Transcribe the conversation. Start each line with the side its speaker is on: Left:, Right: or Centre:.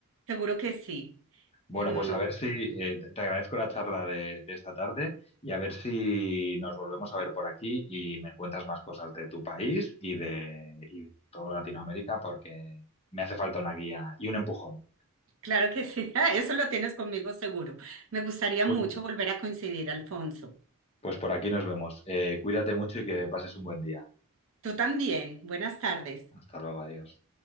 Right: seguro que sí.
Left: Bueno,
Right: Em,
Left: pues a ver si eh, te agradezco la charla de, de esta tarde y a ver si nos volvemos a ver por aquí y me cuentas más cosas de tu país y de, y de toda Latinoamérica porque me hace falta una guía y un empujón.
Right: claro que sí, <laughs> ah, eso lo tienes conmigo seguro. Me gustaría
Left: Muy
Right: mucho
Left: bien.
Right: volver a coincidir, Alfonso.
Left: Pues por aquí nos vemos. Eh, cuídate mucho y que pases un buen día.
Right: Tú también. Buenas tardes.
Left: Hasta luego, adiós.